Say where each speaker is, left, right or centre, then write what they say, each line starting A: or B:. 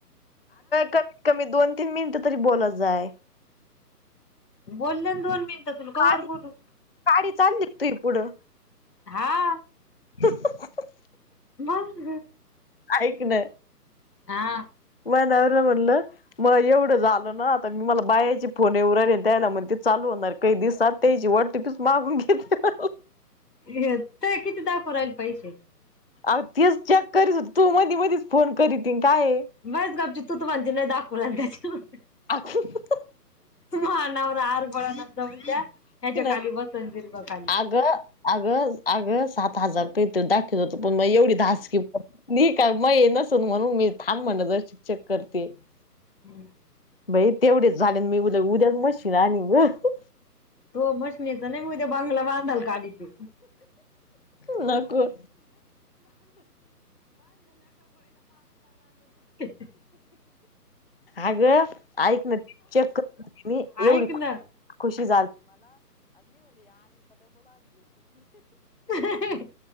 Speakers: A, on the left; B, on the left.
A: कमीत कमी दोन तीन मिनिटं तरी बोलत जाय.
B: बोलले दोन मिनट तुल का
A: काडी
B: वर बोलू-
A: काडी चालली तुही पुढं
B: हा
A: <unintelligible>
B: मग
A: ऐक न,
B: हा
A: वडवरन म्हणटलं, मला एवढं झालं ना आता मी मला बायाची फोन येऊ राहिली त्यायला म्हण ते चालू होणार कइ दिवसात. त्याची वाटीपीच मागून घेतल्या.
B: हे ते किती दाखव राहिल पैसेे-
A: अग तीच चेक करीच होती तु मधी मधीच फोन करी ती आणि काय
B: बस गापची तूच म्हणती नाही दाखवला त्याच्या मध्ये
A: <unintelligible>
B: मा नवरा आरबळा नंतऊ द्या ह्याच्या
A: ना
B: खाली वतनजीर्वा काली- <unintelligible>
A: अगं अगं अगं सात हजार रूपये इथं दाखवित होत पण मग एवढी दास की मी का मये नसून म्हणून मी थान म्हण जर चेक करते <unintelligible>
B: हम्म
A: बाई तेवढेच झाले मी उद्या उद्याच मशीन आणि गं
B: तो मशनीचा नाही उद्या बांगला बांधाला काढती.
A: नको
B: <inaudible>
A: आगं ऐकू ना चेक कर मी
B: ऐक
A: एवढी
B: ना
A: खुश <inaudible>
B: <inaudible>